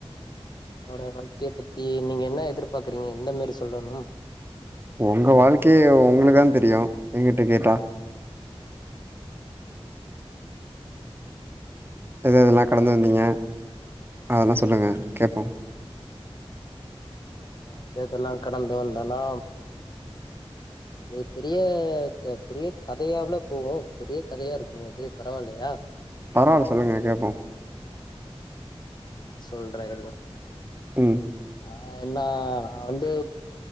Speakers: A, on the left; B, on the right.
A: என்னோட வாழ்க்கையை பத்தி நீங்க என்ன எதிர்பாரக்குறீங்க எந்த மாரி சொல்லனும்
B: உங்க வாழ்க்கையே உங்களுக்குதான் தெரியும் எங்கிட்ட கேட்டா து நாக் கடந்து வந்தீங்க அதெல்லாம் சொல்லுங்க கேப்போம்
A: ஆ ஆ இத இதெல்லாம் கடந்து வந்தன்னா இது பெரிய பெரிய கதையாவுள போவும் பெரிய கதையா இருக்குமே இது பரவாயில்லையா
B: பரவால்ல சொல்லுங்க கேட்போம்
A: சொல்றேன் இருங்க
B: ம்
A: ஆ என்ன நா வந்து